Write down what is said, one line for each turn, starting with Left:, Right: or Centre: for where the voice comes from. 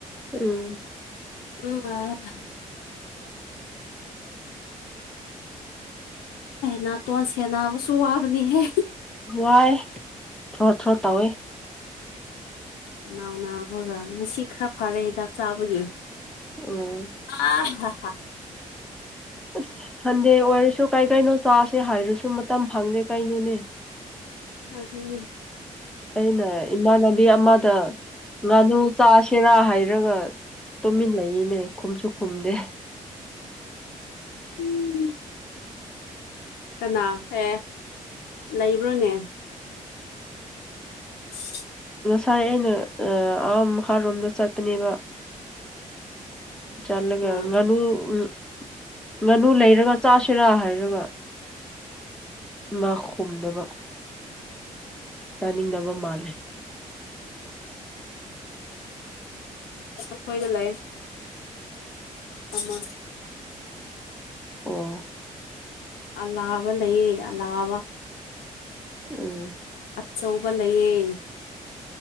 Centre: ꯎꯝ
Left: ꯎꯝ ꯑ ꯅꯥꯇꯣꯟ ꯁꯦ ꯅꯥꯕꯁꯨ ꯋꯥꯕꯅꯤꯍꯦ
Centre: ꯋꯥꯏ ꯊ꯭ꯔꯣ ꯊ꯭ꯔꯣ ꯇꯧꯋꯦ
Left: ꯅꯥꯎꯅꯥꯕꯒ ꯉꯁꯤ ꯈꯔ ꯐꯔꯦ ꯍꯤꯗꯥꯛ ꯆꯥꯕꯒꯤ
Centre: ꯎꯝ
Left: ꯑ ꯍ ꯍ
Centre: ꯑꯁ ꯁꯟꯗꯦ ꯑꯣꯏꯔꯁꯨ ꯀꯥꯏ ꯀꯩꯅꯣ ꯆꯥꯁꯦ ꯍꯥꯏꯔꯁꯨ ꯃꯇꯝ ꯐꯪꯗꯦ ꯀꯩꯅꯣꯅꯦ
Left: ꯑꯗꯨꯅꯦ
Centre: ꯑꯩꯅ ꯏꯃꯥꯟꯅꯕꯤ ꯑꯃꯗ ꯉꯥꯅꯨ ꯆꯥꯥꯁꯦꯔꯥ ꯍꯥꯏꯔ ꯔꯒ ꯇꯨꯝꯃꯤꯟ ꯂꯩꯌꯦꯅꯦ ꯈꯨꯝꯁꯨ ꯈꯨꯝꯗꯦ
Left: ꯎꯝ ꯀꯅꯥꯍꯦꯛ ꯂꯩꯕ꯭ꯔꯣꯅꯦ <unintelligible>
Centre: ꯉꯥꯏ ꯑꯩꯅ ꯑ ꯃꯈꯥꯔꯣꯝꯗ ꯆꯠꯄꯅꯦꯕ ꯆꯂꯒ
Left: ꯑꯥ
Centre: ꯉꯅꯨ ꯎ ꯉꯥꯅꯨ ꯂꯩꯔꯒ ꯆꯥꯁꯤꯔꯥ ꯍꯥꯏꯔꯒ ꯉ ꯈꯣꯝꯗꯕ ꯆꯥꯅꯤꯡꯗꯕ ꯃꯥꯜꯂꯦ
Left: ꯑꯈꯣꯏꯗ ꯂꯩ ꯑꯃ
Centre: ꯑꯣ
Left: ꯑꯂꯥꯕ ꯂꯩꯌꯦ ꯑꯂꯥꯕ
Centre: ꯎꯝ
Left: ꯆꯧꯕ ꯂꯩꯌꯦ